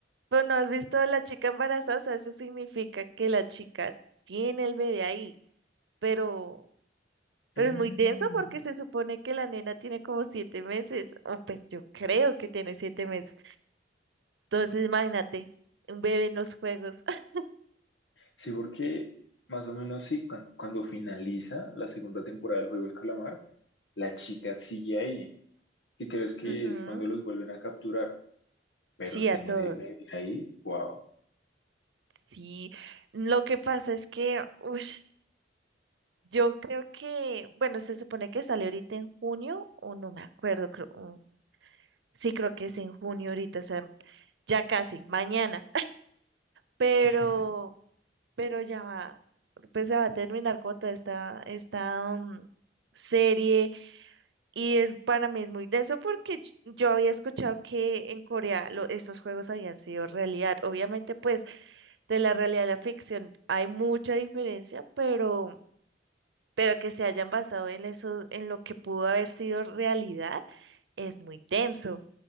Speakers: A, on the right; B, on the left.
A: Pero no has visto a la chica embarazada, o sea, eso significa que la chica tiene el bebé ahí, pero, pero
B: Mm.
A: es muy denso porque se supone que la nena tiene como siete meses, o pues yo creo que tiene siete meses. Entonces, imagínate, un bebé en los juegos. <laughs>
B: Sí, porque más o menos sí, cu- cuando finaliza la segunda temporada del juego El Calamar, la chica sigue ahí. ¿Qué crees que
A: Ujú,
B: es cuando los vuelven a capturar? Pero
A: Sí,
B: tener
A: a todos.
B: el bebé ahí, wow.
A: Sí, lo que pasa es que, ush, yo creo que, bueno, se supone que sale ahorita en junio, o no me acuerdo, creo, mm, sí, creo que es en junio ahorita, o sea, ya casi, mañana. pero,
B: <laughs>
A: pero ya va, pues se va a terminar como toda esta, esta mm, serie y es para mí es muy denso porque yo yo había escuchado que en Corea lo- estos juegos habían sido realidad. Obviamente, pues de la realidad a la ficción hay mucha diferencia, pero, pero que se hayan basado en eso, en lo que pudo haber sido realidad, es muy denso.